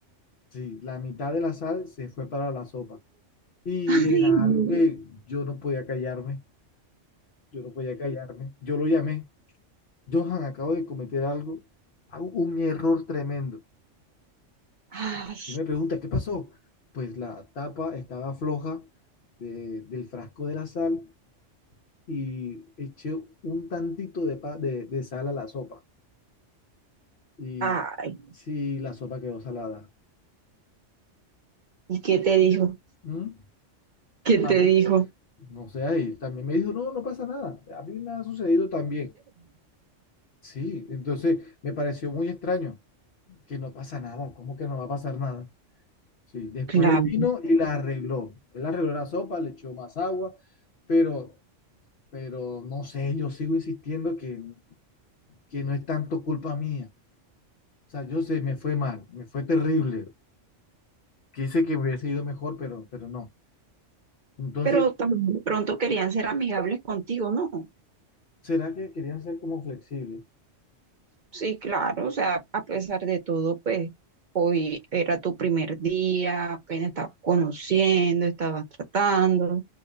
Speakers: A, on the left (about 60°); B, on the right (about 50°).
A: sí, la mitad de la sal se fue para la sopa. Y
B: Ay,
A: era
B: no.
A: algo que yo no podía callarme, yo no podía callarme. Yo lo llamé, Johan, acabo de cometer algo, a- un error tremendo.
B: ay,
A: Él me pregunta, ¿qué pasó? Pues la tapa estaba floja de- del frasco de la sal y eché un tantito de, pa- de, de sal a la sopa. Y
B: ay.
A: sí, la sopa quedó salada.
B: ¿Y qué te dijo?
A: ¿Mm?
B: ¿Qué te
A: Ah,
B: dijo?
A: No sé, y también me dijo, no, no pasa nada, a mí me ha sucedido también. Sí, entonces me pareció muy extraño que no pasa nada, ¿cómo que no va a pasar nada? Sí, después
B: Claro.
A: él vino y la arregló. Él arregló la sopa, le echó más agua, pero, pero no sé, yo sigo insistiendo que, que no es tanto culpa mía. O sea, yo sé, me fue mal, me fue terrible. Quise que me hubiese ido mejor, pero, pero no. Entonces,
B: Pero también de pronto querían ser amigables contigo, ¿no?
A: ¿será que querían ser como flexibles?
B: Sí, claro, o sea, a pesar de todo, pues hoy era tu primer día, apenas estabas conociendo, estabas tratando.